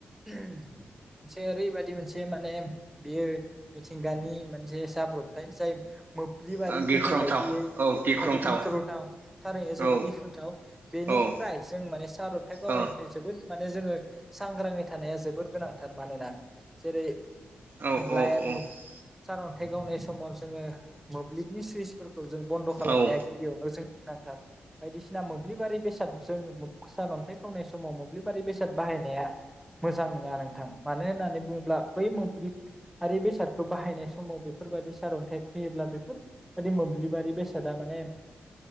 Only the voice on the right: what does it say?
औ गिख्रंथाव
औ
गिख्रंथाव
औ
औ औ
औ
औ
औ
औ औ